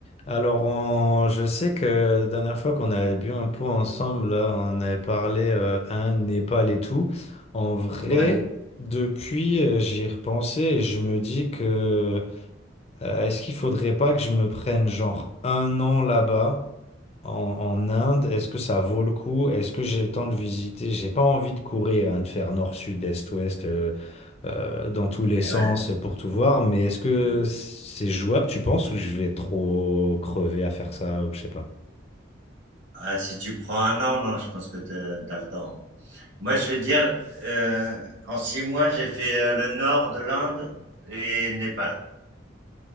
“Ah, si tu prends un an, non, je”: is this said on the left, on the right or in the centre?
Right